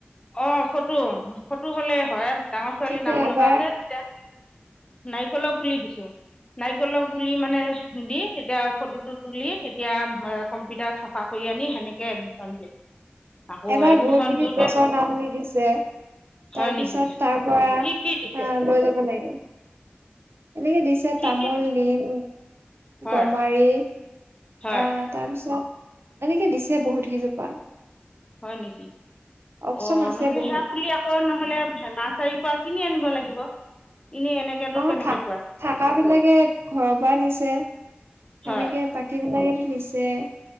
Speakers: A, on the left; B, on the right.
A: অ ফটো ফটো হলে হয়। ডাঙৰ ছোৱালীৰ
B: কিন্তু
A: নাম
B: এবাৰ
A: লগাতে তেতিয়া নাৰিকলৰ পুলি দিছো নাৰ গলপ পুলি মানে দি তেতিয়া ফটোটো তুলি তেতিয়া কম্পিউটাৰ চাফা কৰি আনি সেনেকে এডমিশন দিয়ে। আকৌ
B: এবাৰ
A: এডমিশ্যন
B: বহুত কেবিধ
A: দিওঁতে
B: গছৰ নাম নি দিছে।
A: হয়
B: তাৰপিছত
A: নেকি
B: তাৰ পৰা আহ
A: কি কি দিছে
B: লৈ যাব লাগে। এনেকে দিছে
A: কি
B: তামোল,
A: কি
B: নিম,
A: হয়
B: গমাৰি
A: হয়
B: আহ তাৰ পিছত এনেকে দিছে বহুত কেইজোপা।
A: হয় নেকি?
B: অপচন
A: অ,
B: আছে
A: নহলে
B: বহুত
A: সেয়া বুলি আকৌ নহলে নাৰ্চাৰীৰ পৰা কিনি আনিব লাগিব। এনেই এনেকেতো
B: অ,
A: কেনেকে
B: থা-থাকা
A: পোৱা
B: বিলাকে ঘৰৰ পৰা নিছে।
A: হয়
B: এনেকে বাকী বিলাকে নিছে,